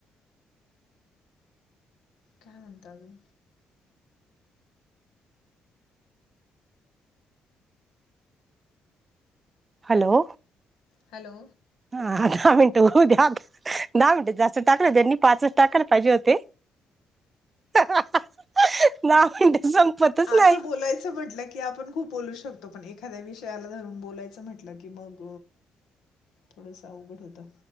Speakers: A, on the left (about 85°); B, on the right (about 30°).
A: काय म्हणता आजून?
B: हॅलो.
A: हॅलो.
B: हा दहा मिनटं होऊ द्या दहा मिनटं जास्त टाकलं त्यांनी पाच टाकायला पाहिजे होते. ना दहा मिनिट संपतच
A: असं
B: नाही.
A: बोलायचं म्हटलं की आपण खूप बोलू शकतो पण एखाद्या विषयाला धरून बोलायचं म्हंटलं की मग थोडस अवघड होतं.